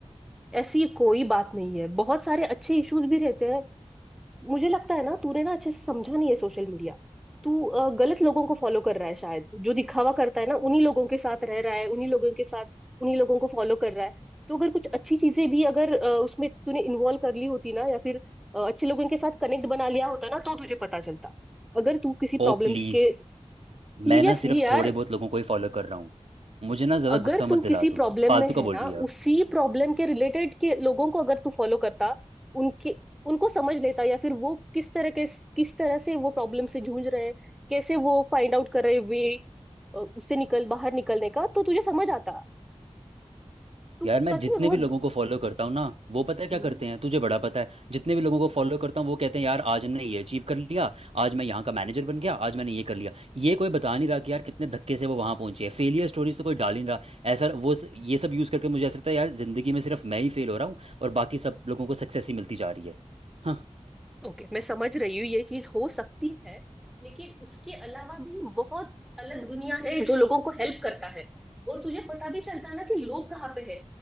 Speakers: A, in the centre; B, on the right.
A: ऐसी कोई बात नहीं है बहुत सारे अच्छे इश्यूज भी रहते हैं मुझे लगता है ना तूने ना अच्छे से समझा नहीं है सोशल मीडिया तू अ, गलत लोगों को फॉलो कर रहा है शायद जो दिखावा करता है ना उन्हीं लोगों के साथ रह रहा है उन्हीं लोगों के साथ उन्हीं लोगों को फॉलो कर रहा है तो अगर कुछ अच्छी चीजें भी अगर अ, उसमें तूने इन्वॉल्व कर ली होती ना या फिर अ, अच्छे लोगों के साथ कनेक्ट बना लिया होता ना तो तुझे पता चलता अगर तू किसी प्रॉब्लम्स
B: ओ प्लीज़
A: के सीरियसली
B: मैं ना सिर्फ
A: यार
B: थोड़े बहुत लोगों को ही फॉलो कर रहा हूँ मुझे ना ज़्यादा
A: अगर
B: गुस्सा मत
A: तू
B: दिला
A: किसी
B: तू
A: प्रॉब्लम
B: फालतू
A: में है
B: का बोल
A: ना
B: रही है अब
A: उसी प्रॉब्लम के रिलेटेड के लोगों को अगर तू फॉलो करता उनके उनको समझ लेता या फिर वो किस तरह के किस तरह से वो प्रॉब्लम से जूझ रहे हैं कैसे वो फाइंड आउट कर रहे वे उससे निकल बाहर निकलने का तो तुझे समझ आता तू
B: यार मैं
A: सच
B: जितने
A: में बहुत
B: भी लोगों को फॉलो करता हूँ ना वो पता है क्या
A: हम्म
B: करते हैं तुझे बड़ा पता है जितने भी लोगों को फॉलो करता हूँ वो कहते हैं यार आज हमने ये अचीव कर लिया आज मैं यहाँ का मैनेजर बन गया आज मैंने ये कर लिया ये कोई बता नहीं रहा कि यार कितने धक्के से वो वहाँ पहुंचे है फेलियर स्टोरीज तो कोई डाल ही नहीं रहा ऐसा वो स- ये सब यूज़ करके मुझे ऐसा लगता है यार ज़िंदगी में सिर्फ मैं ही फेल हो रहा हूँ और बाकी सब लोगों को सक्सेस ही मिलती जा रही है हाँ
A: ओके मैं समझ रही हूँ ये चीज हो सकती है लेकिन उसके अलावा भी बहुत अलग दुनिया है जो लोगों को हेल्प करता है और तुझे पता भी चलता है ना कि लोग कहाँ पे है